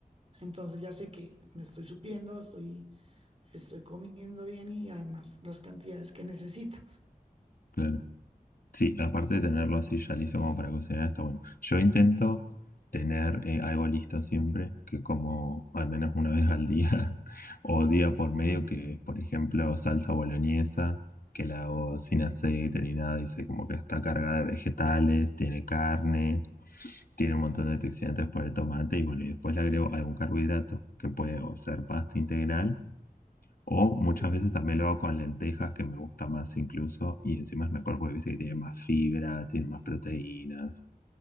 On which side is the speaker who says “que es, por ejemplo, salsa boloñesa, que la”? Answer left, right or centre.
Left